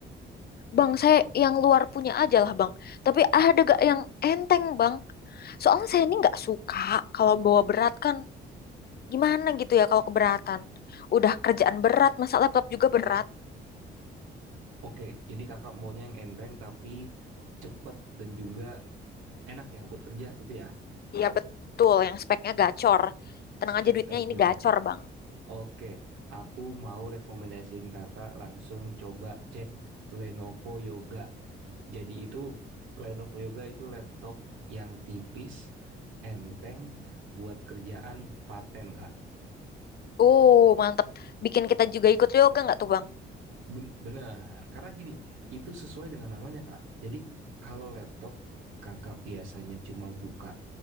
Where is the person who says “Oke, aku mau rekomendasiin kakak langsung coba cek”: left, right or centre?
Right